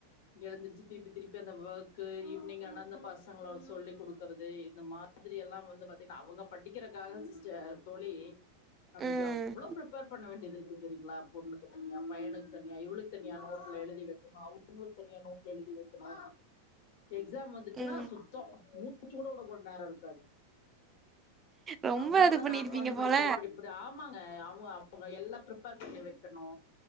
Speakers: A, on the left (about 65°); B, on the right (about 20°).
A: எழுந்திருச்சி திருப்பி திருப்பி அந்த வர்க்கு ஈவினிங் ஆனா அந்த பசங்லோ சொல்லி குடுக்கறது இந்த மா திரி எல்லா வந்து பாத்தீங்னா அவங்க படிக்கிறக்க காலோ சிஸ்டர் தோழி நம்ம
B: ம்
A: எவ்ளோ பிரிப்பர் பண்ண வேண்டியது இருக்க தெரிங்ளா பொண்ணுக்கு தனியா பையனுக்கு தனியா இவளுக் கு தனியா நோட்ல எழுதி வைக்குணு அவங்களு தனியா நோட்ல எழுதி வைக்கனோ எக்ஸாம் வந்துச்சின்னா
B: ம்
A: சுத்தோ மூச்சு குட வுட நேரோ இருக்காது
B: ரொம்ப
A: அவங்களவிட
B: இது பண்ணிருப்பீங்க
A: நா உக்காந்து படிப்படி
B: போல
A: படிப் படி ஆமாங்க அவங்க அவங்க எல்லா பிரிப்பர் பண்ணி வைக்கணு